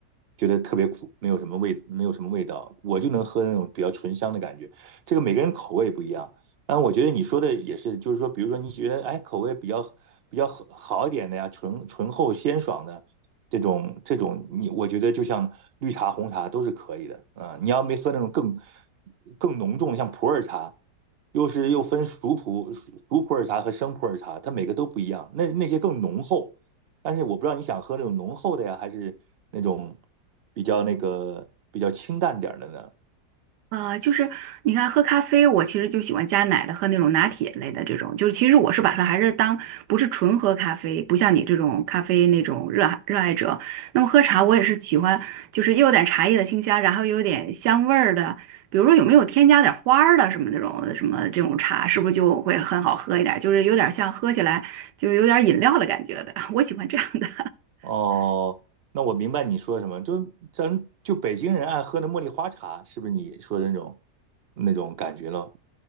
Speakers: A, on the right; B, on the right.
A: 觉得特别苦，没有什么味，没有什么味道。我就能喝那种比较醇香的感觉。这个每个人口味不一样。但我觉得你说的也是，就是说，比如说你觉得哎口味比较比较好好一点的呀，醇醇厚鲜爽的，这种这种你，我觉得就像绿茶、红茶都是可以的啊、呃你要没喝那种更更浓重的，像普洱茶，又是又分熟普熟普洱茶和生普洱茶，它每个都不一样。那那些更浓厚，但是我不知道你想喝那种浓厚的呀，还是那种比较那个比较清淡点儿的呢？
B: 啊、就是你看，喝咖啡，我其实就喜欢加奶的，喝那种拿铁类的这种。就是其实我是把它还是当不是纯喝咖啡，不像你这种咖啡那种热爱热爱者。那么喝茶，我也是喜欢，就是又有点茶叶的清香，然后又有点香味儿的。比如说有没有添加点花儿的什么这种什么这种茶，是不是就会很好喝一点？就是有点像喝起来就有点饮料的感觉的，<laughs> 我喜欢这样的。
A: 哦，那我明白你说什么，就咱就北京人爱喝的茉莉花茶，是不是你说的那种那种感觉了？